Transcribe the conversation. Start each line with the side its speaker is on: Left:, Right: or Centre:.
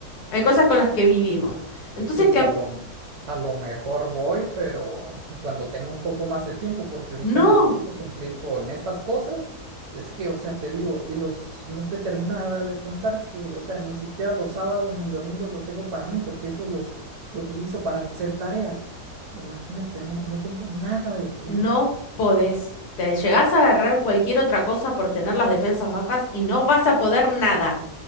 Left: Hay cosas con las que vivimos. Entonces
Right: Pues
Left: te,
Right: a lo, a lo mejor voy, pero cuando tenga un poco más de tiempo, porque ahorita
Left: No,
Right: necesito cumplir con estas cosas. Es que, o sea, te digo, y los, no te terminaba de contar que, o sea, ni siquiera los sábados ni domingos los tengo para mí, porque esos los utilizo para hacer tarea. Imagínate, no, no tengo nada de tiempo,
Left: no
Right: o sea.
Left: podés. Te llegás a agarrar cualquier otra cosa por tener las defensas bajas y no vas a poder nada.